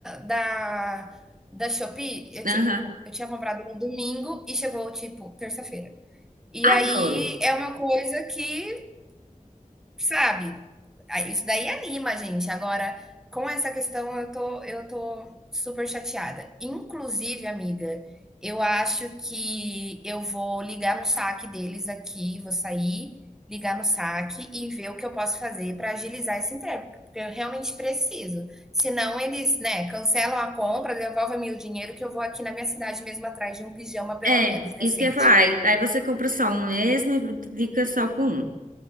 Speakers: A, in the centre; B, on the right.
A: da, da Shopee? Eu,
B: Aham.
A: tipo, eu tinha comprado no domingo e chegou, tipo, terça-feira. E
B: Adoro.
A: aí é uma coisa que sabe? Isso daí anima a gente. Agora, com essa questão, eu tô, eu tô super chateada. Inclusive, amiga, eu acho que eu vou ligar no saque deles aqui, vou sair, ligar no saque e ver o que eu posso fazer para agilizar esse entrega, porque eu realmente preciso. Senão eles, né, cancelam a compra, devolvem-me o dinheiro que eu vou aqui na minha cidade mesmo atrás de um pijama pelo
B: É,
A: menos decente.
B: isso que eu ia falar. Aí aí você compra só um mesmo e fica só com um.